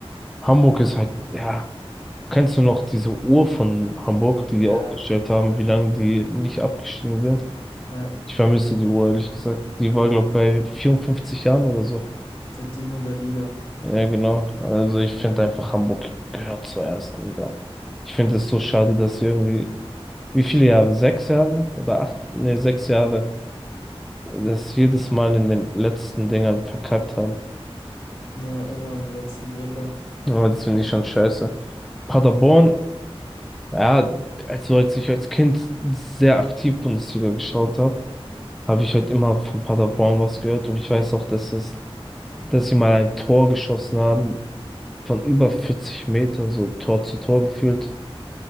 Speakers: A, in the centre; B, on the left.
A: Hamburg ist halt, ja, kennst du noch diese Uhr von Hamburg, die
B: Ja,
A: die aufgestellt haben, wie lange die nicht abgestiegen sind?
B: ja,
A: Ich vermisse die Uhr, ehrlich gesagt. Die war, glaube ich, bei 54 Jahren oder so.
B: der Dino der Liga.
A: Ja, genau. Also ich finde einfach, Hamburg gehört zur ersten Liga. Ich finde es so schade, dass sie irgendwie, wie viele Jahre? Sechs Jahre oder acht? Nee, sechs Jahre, das jedes Mal in den letzten Dingern verkackt haben.
B: Ja, immer am letzten Drücker.
A: Aber das finde ich schon scheiße. Paderborn, ja, also als ich als Kind sehr aktiv Bundesliga geschaut habe, habe ich halt immer von Paderborn was gehört und ich weiß auch, dass es, dass sie mal ein Tor geschossen haben von über 40 Metern, so Tor zu Tor geführt.